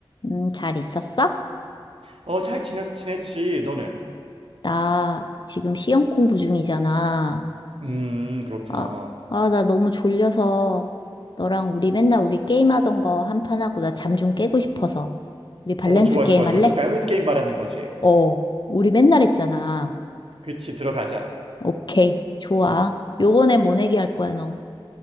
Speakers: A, on the left; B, on the right.
A: 음, 잘 있었어?
B: 어, 잘 지냈, 지냈지, 너는?
A: 나 지금 시험 공부 중이잖아.
B: 음, 그렇구나.
A: 아, 아, 나 너무 졸려서 너랑 우리 맨날 우리 게임하던 거 한 판 하고 나 잠 좀 깨고 싶어서. 우리 밸런스
B: 어, 좋아,
A: 게임
B: 좋아,
A: 할래?
B: 좋아. 너 밸런스 게임 말하는 거지?
A: 어, 우리 맨날 했잖아.
B: 그치, 들어가자.
A: 오케이, 좋아. 요번엔 뭐 내기 할 거야, 너?